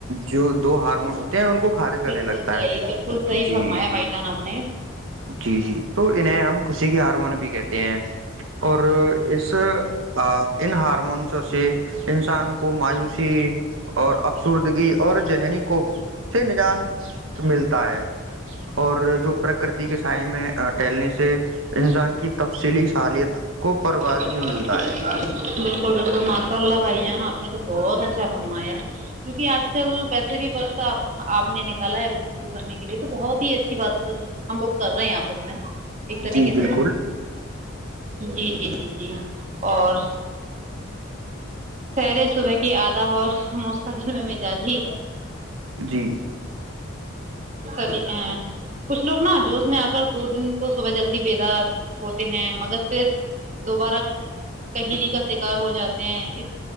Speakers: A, on the right; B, on the right.
A: جو دو ہارمون ہوتے ہیں ان کو خارج کرنے
B: بالکل
A: لگے
B: صحیح بالکل صحیح
A: جی
B: فرمایا بھائی جان آپ نے
A: جی جی تو انہیں ہم خوشی کے ہارمون بھی کہتے ہیں اور اس ان ہارمونس سے انسان کو مایوسی اور افسردگی اور ذہنی کو سے نجات ا ملتا ہے اور جو پرکرتی کے سائے میں ٹہلنے سے انسان کی تفصیلی صالحیت کو پرواز
B: بالکل
A: بھی ملتا ہے
B: بالکل ماشاء اللہ بھائی ج نا اپپنے تو بہت اچھا فرمایا کیونکہج چل ویسے بھی بس آپ آپ نے نکالا ہے گفتگو کرنے کے لیے تو بہت ہی اچھی بات ہم لوگ کر رہے ہیں آپ اس میں ایک طریقے
A: جی بالکل
B: سے جی جی جی جی اور سیر صبح کی آداب اور مستقبل میں مزاج ہی
A: جی
B: چلی ا کچھ لوگ نا جوش میں آ کر دو دن تو صبح جلدی بیدا ہوتے ہیں مگر پھر دوبارہ کہیلی کا شکار ہو جاتے ہیں اس